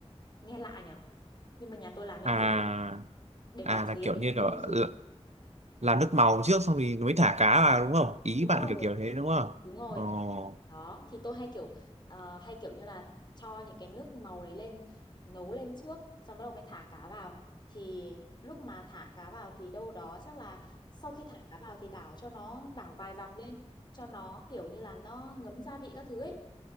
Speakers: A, on the left (about 40°); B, on the right (about 80°).
A: nghe lạ nhở nhưng mà nhà tôi làm như
B: À
A: thế để mà
B: à là
A: chế
B: kiểu
A: thành
B: như
A: một cái
B: kiểu
A: nước dùng
B: l- làm nước màu trước xong thì mới thả cá vào đúng không? Ý
A: đúng
B: bạn
A: rồi
B: kiểu kiểu thế đúng không?
A: đúng rồi
B: Ồ.
A: đó thì tôi hay kiểu ờ, hay kiểu như là cho những cái nước màu đấy lên nấu lên trước xong bắt đầu mới thả cá vào thì lúc mà thả cá vào thì đâu đó chắc là sau khi thả cá vào thì đảo cho nó đảo vài vòng lên cho nó kiểu như là nó ngấm gia vị các thứ ấy